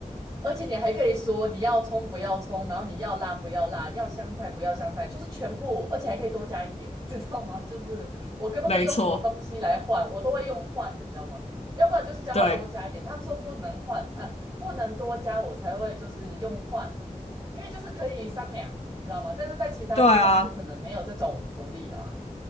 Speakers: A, on the right; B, on the left.
A: 而且你还可以说你要葱不要葱，然后你要辣不要辣，要香菜不要香菜，就是全部，而且还可以多加一点，知道吗？<laughs> 就是我可不可以用什么东西来换，
B: 没错，
A: 我都会用换的，你知道吗？要不然就是叫他多加一点，
B: 对。
A: 他们说不能换，呃，不能多加，我才会就是用换，因为就是可以商量，你知道吗？但是在其他地方就可能没有这种福利啦。
B: 对啊，